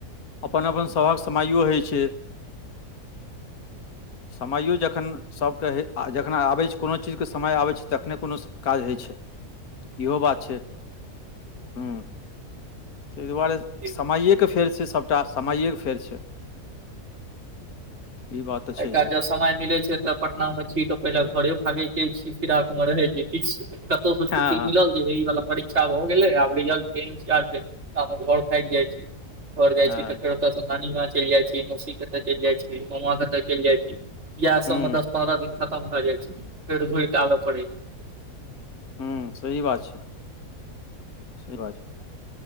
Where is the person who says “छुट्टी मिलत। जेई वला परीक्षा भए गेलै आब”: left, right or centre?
Right